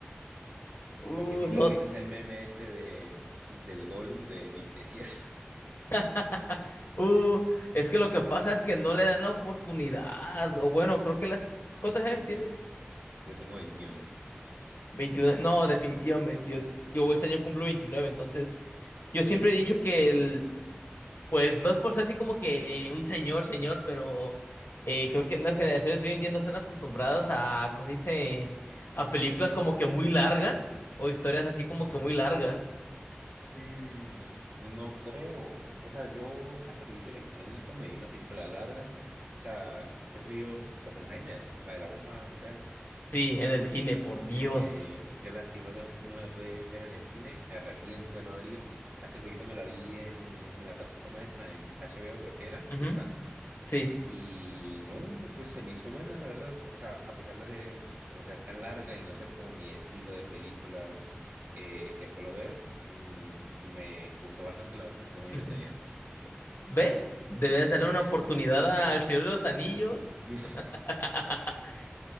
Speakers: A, on the left (about 65°); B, on the right (about 40°).
A: Uh,
B: Lo que sí me
A: no,
B: da risa es el meme este de, del Gollum de mi preciosa.
A: <laughs> uh, es que lo que pasa es que no le dan la oportunidad, o bueno, creo que las... ¿Cuántos años tienes?
B: <laughs> Yo tengo veintiuno
A: veintiuno no, definitivamente, yo, yo este año cumplo 29 entonces yo siempre he dicho que el, pues no es por ser así como que un señor, señor, pero eh, creo que las generaciones de hoy en día no están acostumbradas a, ¿cómo se dice? A películas como que muy largas o historias así como que muy largas.
B: Mm, no creo. O sea, yo hace poquito le cuento, me vi una película larga. O sea, usted se vio Oppenheimer, la de la bomba nuclear.
A: Sí, en el cine, por
B: Sí,
A: Dios.
B: yo lastimosamente no me la pude ver en el cine, me arrepiento de no haber ido. Hace poquito me la vi en, en la plataforma esta, en HBO creo que era,
A: Ujú,
B: que está.
A: sí.
B: Y no, pues se me hizo buena, la verdad. O sea, a pesar de ser, como ser tan larga y no ser como mi estilo de películas eh, que suelo ver, mm, me gustó bastante, la verdad, estuvo muy entretenida.
A: <laughs> ¿Ves? Debes
B: <laughs>
A: darle una oportunidad al Señor de los Anillos.
B: No,
A: <laughs>